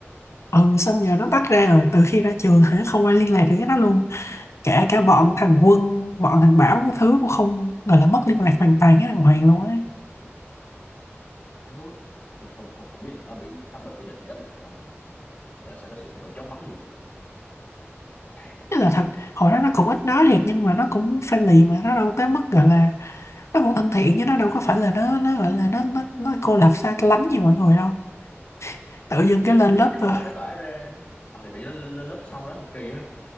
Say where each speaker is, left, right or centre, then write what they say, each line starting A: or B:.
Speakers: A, on the left; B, on the left.
A: ừ xong giờ nó tách ra rồi từ khi ra trường hả không ai liên lạc được với nó luôn kể cả bọn thằng Quân bọn thằng Bảo cái thứ cũng không gọi là mất liên lạc hoàn toàn với thằng Hoàng luôn á
B: Đó, tôi không không không biết là nó bị áp lực gia đình hay áp lực gì không mà là sao có sự thay đổi chóng vánh gì được Lạ
A: Thế là thật hồi đó nó cũng ít nói thiệt nhưng mà nó cũng friendly mà nó đâu tới mức gọi là nó cũng thân thiện chứ nó đâu có phải là nó nó gọi là nó nó, nó cô lập xa lánh như mọi người đâu tự dưng
B: nhưng,
A: cái lên
B: nhưng
A: lớp
B: mà cái
A: ờ,
B: pha nó tỏa ra ờ thì lên, lên, lên lớp sau đó thì kỳ ha